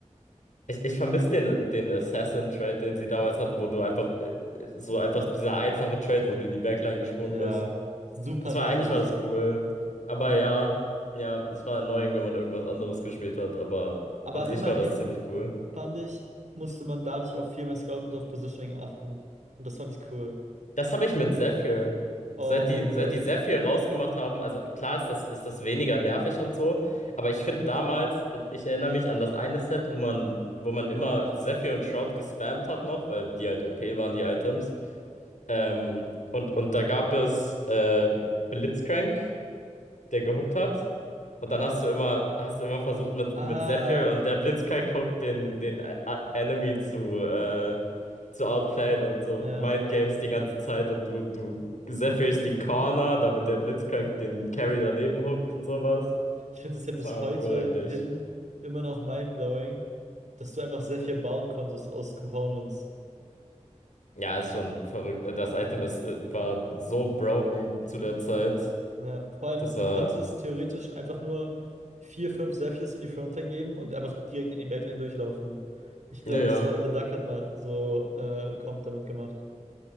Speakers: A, on the left (about 80°); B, on the right (about 70°).
A: Ich, ich vermisse den, den Assassin-Trade, den sie damals hatten, wo du einfach äh, so einfach dieser einfache Trade, wo du in die Backline gesprungen
B: Ja,
A: bist.
B: super
A: Das war
B: nervig.
A: eigentlich war das cool. Aber
B: Ja,
A: ja, ja, es war annoying, wenn man irgendwas anderes gespielt hat, aber
B: aber
A: an sich
B: immerhin
A: war das ziemlich cool.
B: fand ich, musste man dadurch auf viel mehr Scout und auf Positioning achten. Und das fand ich cool.
A: Das habe ich mit Zephyr.
B: Oh
A: Seit die,
B: mein
A: seit
B: Gott.
A: die Zephyr rausgemacht haben, also klar ist das, ist das weniger nervig und so, aber ich finde damals, ich erinnere mich an das eine Set, wo man, wo man immer Zephyr und Shroud gespammt hat noch, weil die halt OP waren, die Items. Ähm, und, und da gab es äh, Blitzcrank, der gehuckt hat. Und dann hast du immer, hast du immer versucht mit,
B: Ah,
A: mit Zephyr und der Blitzcrank huckt den, den A- A- Enemy zu, äh, zu outplayen und so
B: ja.
A: Mindgames die ganze Zeit und du, du Zephyrst die Corner, damit der Blitzcrank den Carry daneben huckt und sowas.
B: Ich finde es ja bis
A: Das war mal
B: heute
A: cool eigentlich.
B: hin immer noch mindblowing, dass du einfach sehr viel bauen konntest aus Components.
A: Ja, ist schon verrückt. Das Item ist, äh, war so broken zu der Zeit.
B: Ja, vor allem,
A: Das war,
B: du konntest theoretisch einfach nur vier, fünf Zephyrs in die Frontline geben und einfach direkt in die Backline durchlaufen. Ich glaube,
A: naja.
B: das war, Le Duck hat mal so eine Comp damit gemacht.